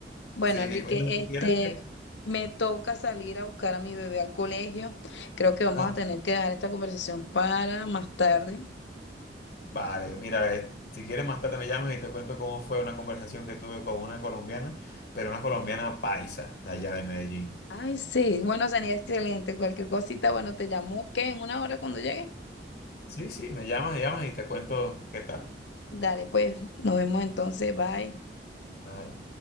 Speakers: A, on the left (about 85°); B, on the left (about 60°).
A: Bueno,
B: Sí,
A: Enrique,
B: bueno, si supieras
A: este,
B: que...
A: me toca salir a buscar a mi bebé al colegio. Creo que vamos
B: Ah,
A: a tener
B: bueno.
A: que dejar esta conversación para más tarde.
B: Vale, mira, eh, si quieres más tarde me llamas y te cuento cómo fue una conversación que tuve con una colombiana, pero una colombiana paisa de allá de Medellín.
A: Ay, sí, bueno, sería excelente. Cualquier cosita, bueno, te llamo que en una hora cuando llegue.
B: Sí, sí, me llamas, me llamas y te cuento qué tal.
A: Dale, pues, nos vemos entonces, bye.
B: Bye.